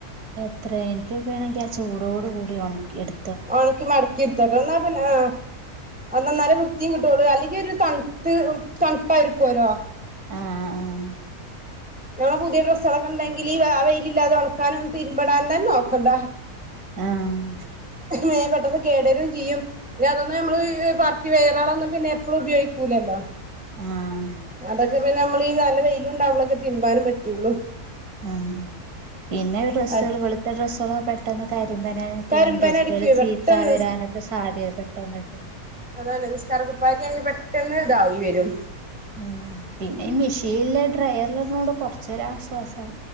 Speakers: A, on the right; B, in the centre.
A: എത്ര. എനിക്കൊ ക്കെ ണെങ്കി ആ ചൂടോട് കൂടി ഉണക്കി എടു
B: ഒണക്കി മടക്കിടുത്തക്കണം. എന്നാ പിന്നെ ആഹ് അത് ന്നാലെ വൃത്തിം കിട്ടൊള്ളൂ. അല്ലെങ്കി ഒരു തണുത്ത് തണുപ്പായിരിക്കുല്ലോ.
A: ആഹ് ആഹ്
B: ഞങ്ങളെ പുതിയ ഡ്രസ്സുകളൊക്കെണ്ടെങ്കി ആ വെയിലില്ലാതെ ഉണക്കാനും തിരിമ്പിടാനൊന്നും തന്നെ നോക്കണ്ട.
A: ആഹ് ആഹ്
B: ങ്ങ്ഏ പെട്ടെന്ന്. കേടരും ചെയ്യും. പിന്നെ അതൊന്നും നമ്മള് പാർട്ടി വയറളൊന്നും പിന്നെ എപ്പോളും ഉപയോഗിക്കൂലല്ലോ.
A: ആഹ്
B: അതൊക്കെ പിന്നെ നമ്മളീ നല്ല വെയില്ണ്ടാവുമ്പളൊക്കെ തിരുമ്പാനും പറ്റുള്ളു.
A: ആഹ്. പിന്നെ ഡ്രസ്സുകൾ
B: അത്
A: വെളുത്ത ഡ്രെസ്സുകളൊക്കെ പെട്ടെന്ന് ക്കരുമ്പന ക്കും
B: കരിമ്പനടിക്കുവേ
A: ഡ്രസ്സുകള് ചീത്താ
B: പെട്ടെന്ന്
A: വരാനൊക്കെ സാധ്യത പെട്ട ങ്ങട്ട്
B: അതാണെ നിസ്ക്കാര കുപ്പായൊക്കെ ആണങ്കി പെട്ടെന്ന് തായി വരും.
A: ഉം പിന്നെ ഈ മെഷീനിലെ ഡ്രയറിലുടുന്നോണ്ട് കൊറച്ചൊരു ആശ്വാസം.